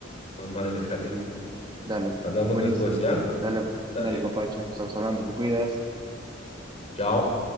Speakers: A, on the left; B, on the right.
A: Mamá en el jardín.
B: Dale,
A: Hablamos
B: buenísimo.
A: después, ¿ya?
B: Dale,
A: Dale,
B: dale, papacho, estamos hablando, te cuidas.
A: chao.